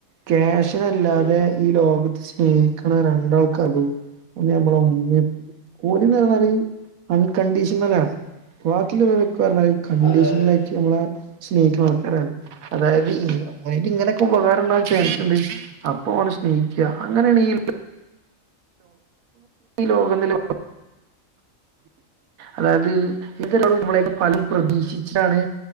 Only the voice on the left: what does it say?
ആ,
അതെ അതെ